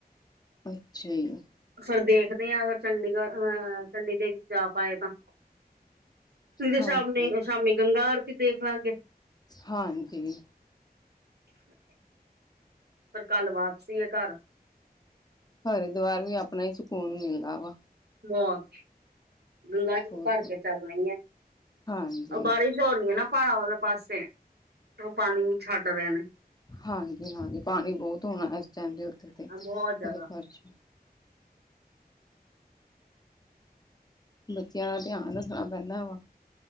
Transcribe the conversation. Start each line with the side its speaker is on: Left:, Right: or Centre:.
Left: ਅੱਛਾ ਜੀ।
Right: ਫਿਰ ਦੇਖਦੇ ਹ ਅਗਰ ਚੰਡੀਗੜ੍ਹ ਅਹ ਚੰਡੀ ਦੇਵੀ ਜਾ ਪਾਏ ਤਾਂ ਨਹੀ ਤੇ
Left: ਹਾਂਜੀ
Right: ਸ਼ਾਮੀ ਸ਼ਾਮੀ ਗੰਗਾ ਆਰਤੀ ਦੇਖ ਲਾਂਗੇ।
Left: ਹਾਂਜੀ।
Right: ਪਰ ਕੱਲ ਵਾਪਸੀ ਆ ਘਰ
Left: ਹਰਿਦੁਆਰ ਵੀ, ਆਪਣਾ ਹੀ ਸਕੂਨ ਮਿਲਦਾ ਵਾ।
Right: ਬਹੁਤ। ਗੰਗਾ
Left: ਬਹੁਤ।
Right: ਭਰ ਕੇ, ਚੱਲਣੀ ਹੈ,
Left: ਹਾਂਜੀ
Right: ਉਹ ਬਾਰਿਸ਼। ਜੋੋ ਹੋਰੀ ਏ ਨਾ, ਪਹਾੜਾ ਵਾਲੇ ਪਾਸੇ। ਔ ਪਾਣੀ ਛੱਡ ਰਹੇ ਨੇ
Left: ਹਾਂਜੀ- ਹਾਂਜੀ, ਪਾਣੀ ਬਹੁਤ ਹੋਣਾ, ਇਸ ਟਾਈਮ ਦੇ ਉੱਤੇ ਤੇ।
Right: ਬਹੁਤ ਜ਼ਿਆਦਾ
Left: ਜਦੋਂ ਬਸ਼ ਬੱਚਿਆਂ ਦਾ ਧਿਆਨ, ਰੱਖਣਾ ਪੈਂਦਾ ਵਾ।